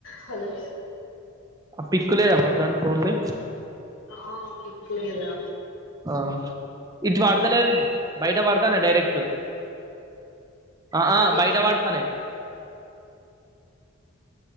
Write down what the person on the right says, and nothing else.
ఆ pic లేదా మరి దాని ఫోన్ది
ఆ ఇటు వడతలేదులే బయట పడుతాన్నయ్ డైరెక్ట్ ఆ ఆ
బయట పడ్తాన్నాయ్